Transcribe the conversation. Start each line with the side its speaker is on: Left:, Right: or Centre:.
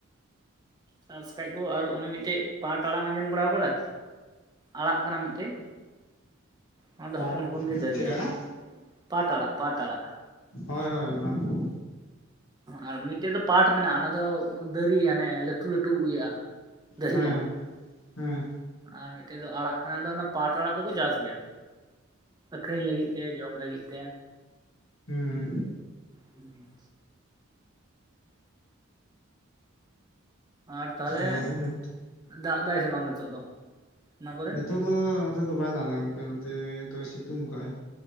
Right: ᱪᱟᱥ ᱠᱷᱟᱭ ᱠᱚ ᱟᱨ ᱚᱱᱟ ᱢᱤᱜᱴᱮᱡ ᱯᱟᱴ ᱟᱲᱟᱜ ᱟᱢ ᱟᱸᱡᱚᱢ ᱵᱟᱲᱟᱣ ᱠᱟᱫᱟ ᱟᱲᱟᱜ ᱠᱟᱱᱟ ᱢᱤᱜᱴᱮᱡ ᱚᱱᱟ ᱫᱚ
Left: ᱯᱟᱴ
Right: ᱦᱚᱯᱚᱱ ᱦᱚᱯᱚᱱ ᱜᱮ ᱫᱟᱹᱨᱤᱜᱼᱟ
Left: ᱪᱮᱫ ᱟᱲᱟᱜ
Right: ᱯᱟᱴ ᱟᱲᱟᱜ ᱯᱟᱴ ᱟᱲᱟᱜ᱾
Left: ᱦᱳᱭ ᱦᱳᱭ ᱚᱱᱟ ᱠᱚ,
Right: ᱟᱨ ᱢᱤᱜᱴᱮᱡ ᱫᱚ ᱯᱟᱴ ᱢᱮᱱᱟᱜᱼᱟ ᱚᱱᱟ ᱫᱚ ᱫᱟᱹᱨᱤ ᱟᱱᱮ ᱞᱟᱹᱴᱩ ᱞᱟᱹᱴᱩ ᱤᱭᱟᱹᱼᱟ᱾ ᱫᱟᱹᱦᱤᱜᱼᱟ
Left: ᱦᱮᱸ ᱦᱮᱸ
Right: ᱟᱨ ᱢᱤᱜᱴᱮᱡ ᱫᱚ ᱟᱲᱟᱜ ᱠᱟᱱᱟᱫᱚ ᱚᱱᱟ ᱯᱟᱴ ᱟᱲᱟᱜ ᱫᱚᱠᱚ ᱪᱟᱥ ᱜᱮᱭᱟ ᱟᱠᱷᱨᱤᱧ ᱞᱟᱹᱜᱤᱜ ᱛᱮ ᱡᱚᱢ ᱞᱟᱹᱜᱤᱜ ᱛᱮ,
Left: ᱦᱩᱸ ᱦᱩᱸ
Right: ᱦᱩᱸ ᱦᱩᱸ᱾ ᱟᱨ ᱛᱟᱦᱚᱞᱮ
Left: ᱦᱳᱭ ᱱᱚᱛᱮ
Right: ᱫᱟᱜᱽ ᱫᱟᱭ ᱥᱮ ᱵᱟᱝ ᱱᱤᱛᱚᱜ ᱫᱚ? ᱚᱱᱟ ᱠᱚᱨᱮ
Left: ᱱᱤᱛᱚᱜ ᱫᱚ ᱱᱚᱛᱮ ᱫᱚ ᱵᱟᱭ ᱫᱟᱜᱽ ᱜᱚᱝᱠᱮ ᱱᱚᱛᱮ ᱫᱚᱭ ᱥᱤᱛᱩᱝ ᱠᱟᱜᱼᱟᱭ᱾